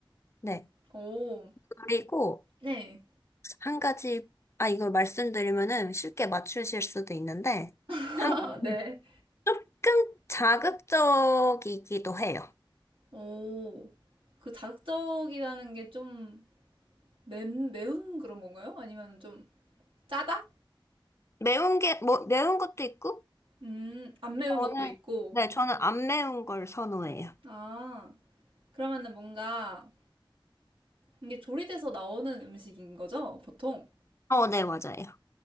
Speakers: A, on the left (about 30°); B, on the right (about 80°).
A: 네.
B: 오,
A: 그리고
B: 네.
A: 한 가지, 아, 이걸 말씀드리면은 쉽게 맞추실 수도 있는데,
B: <laughs>
A: 한,
B: 아, 네.
A: 조금 자극적이기도 해요.
B: 오, 그 자극적이라는 게 좀 매운 그런 건가요? 아니면 좀 짜다?
A: 매운 게, 뭐, 매운 것도 있고,
B: 음, 안 매운
A: 저는,
B: 것도 있고.
A: 네, 저는 안 매운 걸 선호해요.
B: 아, 그러면은 뭔가 이게 조리돼서 나오는 음식인 거죠? 보통?
A: 어, 네, 맞아요.